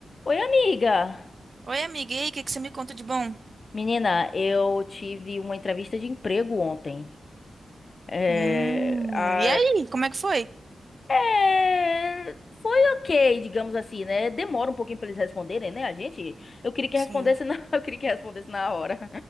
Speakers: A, on the left; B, on the right.
A: Oi, amiga!
B: Oi, amiga, e aí, o que que você me conta de bom?
A: Menina, eu tive uma entrevista de emprego ontem. É,
B: Hum,
A: a-
B: e aí, como é que foi?
A: é, foi ok, digamos assim, né? Demora um pouquinho pra eles responderem, né? A gente, eu queria que
B: Sim.
A: respondesse na, <laughs> eu queria que respondesse na hora,